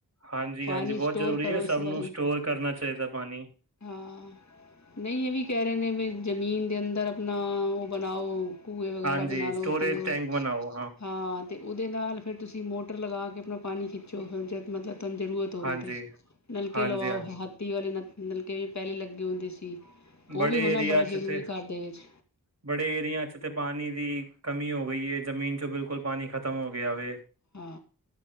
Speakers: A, on the right; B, on the left.
A: ਹਾਂਜੀ
B: ਪਾਣੀ
A: ਹਾਂਜੀ ਬਹੁਤ
B: ਸਟੋਰ
A: ਜ਼ਰੂਰੀ
B: ਕਰੋ
A: ਹੈ
B: ਇਸ
A: ਸਭ
B: ਵਾਰੀ।
A: ਨੂੰ ਸਟੋਰ ਕਰਨਾ ਚਾਹੀਦਾ ਪਾਣੀ
B: ਹਾਂ ਨਹੀਂ ਇਹ ਵੀ ਕਹਿ ਰਹੇ ਨੇ ਵੀ ਜ਼ਮੀਨ ਦੇ ਅੰਦਰ ਆਪਣਾ ਉਹ ਬਣਾਓ ਕੁੰਏ ਵਗੈਰਾ
A: ਹਾਂਜੀ
B: ਬਣਾ ਲਓ
A: ਸਟੋਰੇਜ
B: ਤੇ
A: ਟੈਂਕ ਬਣਾਓ
B: ਹਾਂ ਤੇ ਉਹਦੇ ਨਾਲ ਫਿਰ ਤੁਸੀਂ ਮੋਟਰ ਲਗਾ ਕੇ ਆਪਣਾ ਪਾਣੀ ਖਿੱਚੋ ਫਿਰ ਜਦ ਮਤਲਬ ਤਨ ਜ਼ਰੂਰਤ ਹੋ ਗਈ
A: ਹਾਂਜੀ
B: ਤੇ ਨਲਕੇ
A: ਹਾਂਜੀ
B: ਲਵਾਓ
A: ਹਾਂਜੀ
B: ਹਾਥੀ ਵਾਲੇ ਨ ਨਲਕੇ ਵੀ ਪਹਿਲੇ ਲੱਗੇ ਹੁੰਦੇ ਸੀ ਉਹ
A: ਬੜੇ
B: ਵੀ ਹੋਣਾ
A: ਏਰੀਆ
B: ਬੜਾ ਜ਼ਰੂਰੀ
A: ਚ ਤੇ
B: ਘਰ ਦੇ ਵਿੱਚ
A: ਬੜੇ ਏਰੀਆ ਚ ਤੇ ਪਾਨੀ ਦੀ ਕਮੀ ਹੋ ਗਈ ਹੈ ਜ਼ਮੀਨ ਚ ਬਿਲਕੁਲ ਪਾਣੀ ਖ਼ਤਮ ਹੋ ਗਿਆ ਵੇ
B: ਹਾਂ